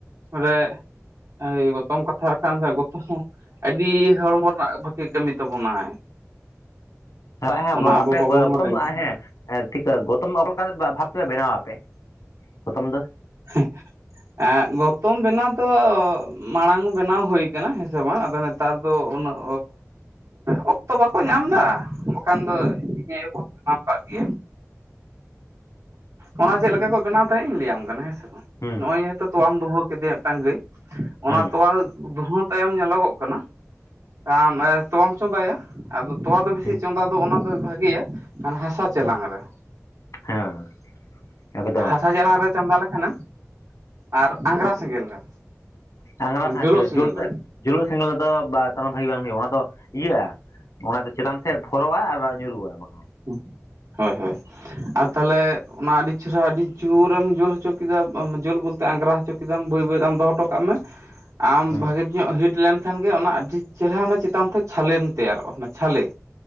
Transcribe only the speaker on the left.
ᱦᱮ ᱦᱮᱸ
ᱟᱯᱮ
ᱜᱚᱛᱚᱢ
ᱦᱮᱸ ᱴᱷᱤᱠᱟᱹ ᱜᱚᱛᱚᱢ ᱚᱠᱟ ᱞᱮᱠᱟ ᱵᱷᱟᱵ ᱛᱮᱯᱮ ᱵᱮᱱᱟᱣᱟᱯᱮ, ᱜᱚᱛᱚᱢ ᱫᱚ
ᱦᱩᱸ
ᱦᱩᱸ
ᱦᱩᱸ
ᱦᱩᱸ
ᱦᱮᱸ ᱮᱠᱫᱚᱢ
ᱟᱝᱜᱨᱟ
ᱡᱩᱞ ᱥᱮ
ᱡᱩᱞᱩᱜ ᱥᱮᱸᱜᱮᱞ ᱨᱮ ᱫᱚ ᱵᱷᱟᱹᱜᱤ ᱵᱟᱝ ᱦᱩᱭᱩᱜᱼᱟ ᱚᱱᱟ ᱫᱚ ᱤᱭᱟᱹᱜᱼᱟ ᱚᱱᱟ ᱫᱚ ᱪᱮᱛᱟᱱ ᱥᱮᱫ ᱯᱷᱚᱨᱚᱜᱼᱟ ᱟᱨ ᱧᱩᱨᱩᱜᱼᱟ ᱵᱟᱠᱷᱟᱱ
ᱦᱮᱸ